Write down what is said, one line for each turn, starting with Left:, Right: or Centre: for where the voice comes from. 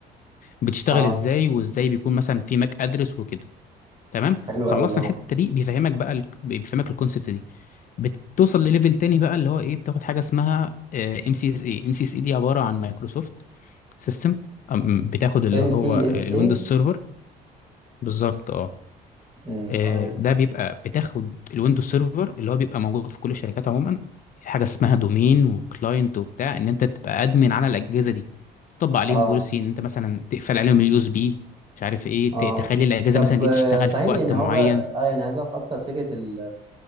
Left: بتشتغل
Right: اه
Left: ازاي وازاي بيكون مثلا في ماك ادرس وكده تمام
Right: حلو
Left: خلصنا
Right: قوي اه
Left: الحته دي بيفهمك بقى ال... بيفهمك الكونسبت دي بتوصل لليفل تاني بقى اللي هو ايه بتاخد حاجه اسمها ام سي اس اي ام سي اس اي دي عباره عن مايكروسوفت سيستم بتاخد اللي
Right: ام
Left: هو
Right: سي اس
Left: الويندوز
Right: اي
Left: سيرفر بالظبط اه
Right: امم
Left: آه،
Right: تمام
Left: ده بيبقى بتاخد الويندوز سيرفر اللي هو بيبقى موجود في كل الشركات عموما في حاجه اسمها دومين وكلاينت وبتاع ان انت تبقى ادمن على الاجهزه دي تطبق عليهم
Right: اه
Left: بوليسي ان انت مثلا تقفل عليهم اليو اس بي مش عارف ايه
Right: اه آه.
Left: ت- تخلي الاجهزه
Right: طب
Left: مثلا دي
Right: آه،
Left: تشتغل
Right: صحيح
Left: في وقت
Right: ان هو
Left: معين
Right: بقى اه يعني عايز اعرف اكتر فكره ال-